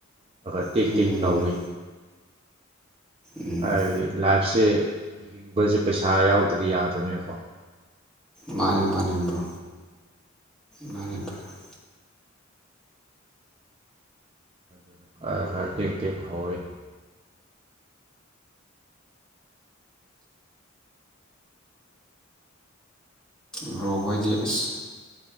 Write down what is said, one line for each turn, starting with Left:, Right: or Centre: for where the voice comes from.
Right: ꯈ꯭ꯔ ꯈ꯭ꯔ ꯇꯦꯛ
Centre: ꯎꯝ
Right: ꯇꯦꯛ ꯇꯧꯔꯤ
Centre: ꯎꯝ ꯎꯝ ꯎꯝ
Right: ꯍꯥꯏꯕꯗꯤ ꯂꯥꯏꯐꯁꯦ ꯍꯤꯡꯕꯁꯦ ꯄꯩꯁꯥ ꯌꯥꯎꯗ꯭ꯔꯗꯤ ꯌꯥꯗꯕꯅꯤꯅꯀꯣ
Centre: ꯃꯥꯅꯦ ꯃꯥꯅꯦ ꯕ꯭ꯔꯣ ꯃꯥꯅꯦ ꯕ꯭ꯔꯗꯔ
Right: <unintelligible> ꯇꯦꯛ ꯈꯦꯛ ꯍꯧꯏ
Centre: ꯕ꯭ꯔꯣ ꯈꯣꯏꯗꯤ ꯑꯁ